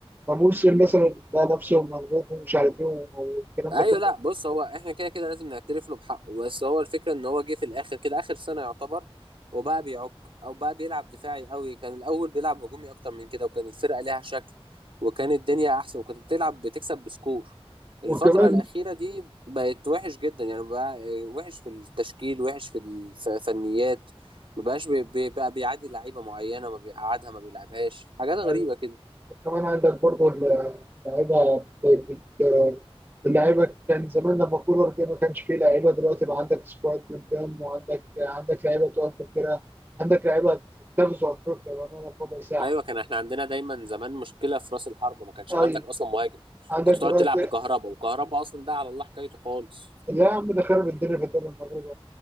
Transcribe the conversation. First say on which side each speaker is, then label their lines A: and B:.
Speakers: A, on the right; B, on the right.
A: فموسم مثلا ده نفسه مضغوط ومش عارف إيه والكلام
B: ايوه
A: ده كله
B: لا بص هو احنا كده كده لازم نعترف له بحقه بس هو الفكره ان هو جه في الاخر كده اخر سنه يعتبر وبقى بيعك او بقى بيلعب دفاعي قوي كان الاول بيلعب هجومي اكتر من كده وكان الفرقه ليها شكل وكان الدنيا احسن وكنت بتلعب بتكسب بسكور الفتره
A: وكمان
B: الاخيره دي بقت وحش جدا يعني بقى آه، وحش في التشكيل وحش في الفنيات ما بقاش بي- بي- بقى بيعادي لعيبه معينه ما بيقعدها ما بيلعبهاش حاجات غريبه
A: يعني
B: كده
A: كمان عندك برضه اللعيبة بت- بت- اللعيبة كان زمان لما كولر جه ما كانش فيه لعيبة دلوقتي بقى عندك سكواد قدام وعندك عندك لعيبة تقف في الفرقة عندك لعيبة تغزو أفريقيا بأمانة في ربع ساعة
B: ايوه كان احنا عندنا دايما زمان مشكله في راس الحرب ما كانش
A: أي
B: عندك اصلا مهاجم
A: عندك
B: كنت تقعد
A: دلوقتي
B: تلعب بكهربا وكهربا اصلا ده على الله حكايته خالص
A: لا يا عم ده خرب الدنيا في الدوري المغربي